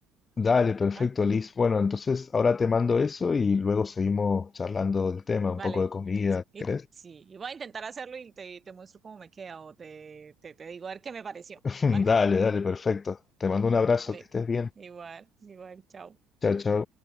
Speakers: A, on the left; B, on the right.
A: Dale, perfecto,
B: ¿Vale?
A: Liz. Bueno, entonces ahora te mando eso y luego seguimos charlando del tema, un
B: Vale.
A: poco de comida,
B: Sí, y,
A: ¿crees?
B: sí, y voy a intentar hacerlo y te, te muestro cómo me queda o te, te, te digo a ver qué me pareció.
A: <laughs>
B: ¿Vale?
A: Dale, dale, perfecto. Te mando un abrazo,
B: Vale.
A: que estés bien.
B: Igual, igual, chao.
A: Chao, chao.